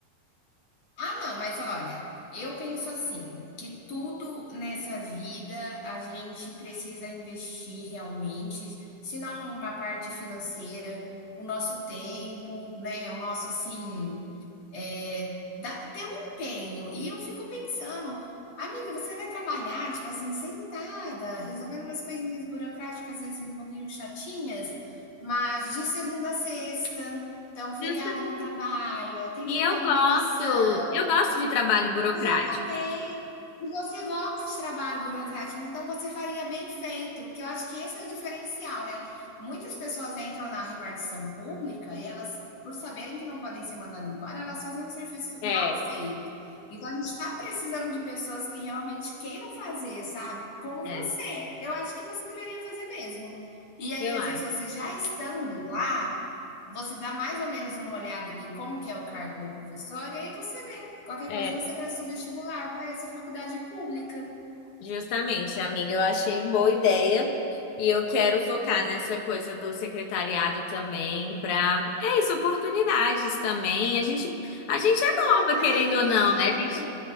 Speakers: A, on the left; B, on the left.
A: Ah, não, mas olha, eu penso assim, que tudo nessa vida a gente precisa investir realmente, se não uma parte financeira, o nosso tempo, né? O nosso assim, é, dá- ter um empenho. E eu fico pensando, amiga, você vai trabalhar, tipo assim, sentada, resolvendo umas coisinhas burocráticas, às vezes um pouquinho chatinhas, mas de segunda a sexta, então feriado
B: Justamente.
A: não trabalha, tem
B: E
A: cartão
B: eu
A: alimentação.
B: gosto, eu gosto de trabalho burocrático.
A: Exatamente. E você gosta de trabalho burocrático, então você faria bem feito, que eu acho que esse é o diferencial, né? Muitas pessoas entram na repartição pública e elas, por saberem que não podem ser mandadas embora, elas fazem um serviço
B: É,
A: mal feito. Então a gente está precisando de pessoas que realmente queiram fazer, sabe? Como
B: é,
A: você. Eu acho que você deveria fazer mesmo. E aí,
B: eu
A: às
B: acho.
A: vezes, você já estando lá, você dá mais ou menos uma olhada ali como que é o cargo do professor, e aí você Qualquer
B: É,
A: coisa você presta o vestibular para essa faculdade pública.
B: justamente, amiga, eu achei boa ideia. E eu quero focar nessa coisa do secretariado também, para é isso, oportunidades também. A gente, a gente é
A: Oportunidade,
B: nova, querendo ou não,
A: exatamente.
B: né? A gente,